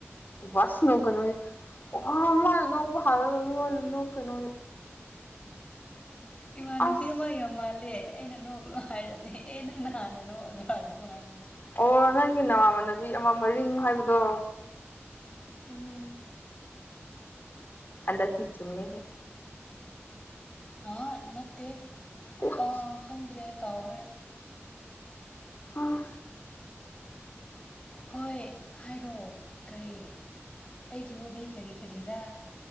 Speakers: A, on the left (about 45°); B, on the left (about 25°).
A: ꯕꯥꯁ ꯅꯣꯛꯀꯩꯅꯣ ꯋꯥ ꯃꯥꯅ ꯅꯣꯛꯄ ꯍꯜꯂꯒ ꯃꯤꯉꯣꯟꯗ ꯅꯣꯛꯀꯩꯅꯣ
B: ꯏꯃꯥꯟꯅꯨꯕꯤ
A: ꯑꯁ
B: ꯑꯃ ꯌ ꯃꯥꯜꯂꯦ ꯑꯩꯅ ꯅꯣꯛꯅꯨ ꯍꯥꯏꯔꯗꯤ ꯑꯦ ꯅꯪꯅ ꯍꯥꯟꯅꯅꯣꯒ ꯑꯗꯨꯅꯨꯡꯥꯏꯅꯤ
A: ꯑꯣ ꯅꯪꯒꯤ ꯅꯃꯃꯥꯟꯅꯕꯤ ꯑꯃ ꯃꯔꯤꯡ ꯍꯥꯏꯕꯗꯣ
B: ꯎꯝ
A: ꯑꯗꯔꯀꯤ ꯆꯨꯝꯃꯦ ꯍ
B: ꯑ ꯅꯠꯇꯦ
A: ꯑꯌꯥ
B: ꯑꯥ ꯈꯪꯗ꯭ꯔꯦ ꯀꯥꯎꯈ꯭ꯔꯦ
A: ꯑꯥ
B: ꯍꯣꯏ ꯍꯥꯏꯔꯣꯑꯣ ꯀꯔꯤ ꯑꯩꯒꯤ ꯍꯣꯕꯤ ꯀꯔꯤ ꯀꯔꯤꯔꯥ